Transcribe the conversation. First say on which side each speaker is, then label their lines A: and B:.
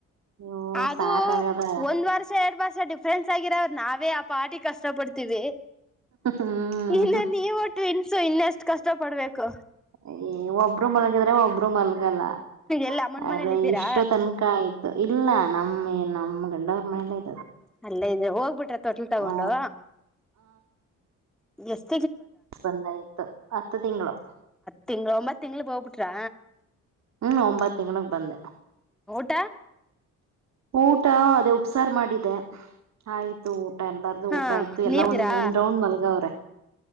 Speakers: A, on the right; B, in the centre.
A: ಅಯ್ಯೋ
B: ಅದು
A: ಸಾಕಾಗದ
B: ಒಂದ ವರ್ಷ ಎರಡ ವರ್ಷ ಡಿಫ್. ಫ್ರೆಂಡ್ಸ್ ಆಗಿರವರ ನಾವೇ ಆ ಪಾಟಿ ಕಷ್ಟ ಪಡ್ತೀವಿ.
A: ಹ್ಮ್
B: ಇನ್ನ ನೀವು ಟ್ವಿನ್ಸ್ ಇನ್ನಷ್ಟು. ಇಷ್ಟಪಡ್ಬೇಕು
A: ಏ ಒಬ್ಬರು ಮಲಗಿದ್ರೆ ಒಬ್ರು ಮಲ್ ಆಗಲ್ಲ
B: ಎಲ್ಲ ಅಮ್ಮನ್
A: ಅದೇ
B: ಮನೇಲಿ ಇದ್ದೀರಾ
A: ಇಷ್ಟೋ ತನ್ಕ ಆಯ್ ಇಲ್ಲ ನಮ್ಮ್ ನಮ್ಮ್ ಗಂಡವ್ರ ಮನೆಯಲೆ
B: ಅಲ್ಲೇ ಇದ್ ಹೋಗ್ಬಿಟ್ರ ತೋಟ್ಲ್ ತಗೊಂಡು
A: ಹ
B: ಎಸ್
A: ಬಂದ್ ಆಯ್ತು ಹತ್ತ್ ತಿಂಗಳು
B: ತಿಂಗ್ಲ್ ಒಂಬತ್ ತಿಂಗ್ಲ್ ಹೋಗ್ಬಿಟ್ರಾ
A: ಹ್ಮ್ ಒಂಬತ್ ತಿಂಗ್ಲ್ ಗ್ ಬಂದೆ
B: ಟ
A: ಊಟ ಅದೇ ಉಪ್ಸಾರ್ ಮಾಡಿದೆ ಆಯ್ತು ಊ ಊ ಎಲ್ಲಾರ್ದು
B: ಹಾ
A: ಊಟ ಆಯತು
B: ನೀತೀರಾ
A: ಎಲ್ಲ ಒಂದ್ಂದ್ ರೌಂಡ್ ಮಲ್ಗಾವ್ರೆ